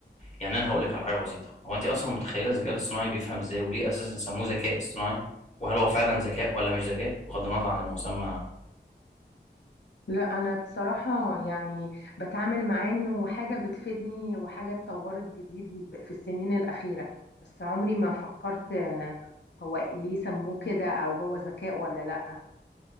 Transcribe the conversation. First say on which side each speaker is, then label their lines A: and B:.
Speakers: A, on the left (about 40°); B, on the left (about 70°).
A: يعني انا هقول لك على حاجه بسيطه هو انت اصلا متخيله الذكاء الاصطناعي بيفهم ازاي وليه اساسا سموه ذكاء اصطناعي وهل هو فعلا ذكاء ولا مش ذكاء بغض النظر عن المسمى
B: لا انا بصراحة يعني بتعامل معاه انه حاجة بتفيدني وحاجة اتطورت جديد ب- في السنين الأخيرة بس عمري ما فكرت آه، هو ليه سموه كده او هو ذكاء ولا لا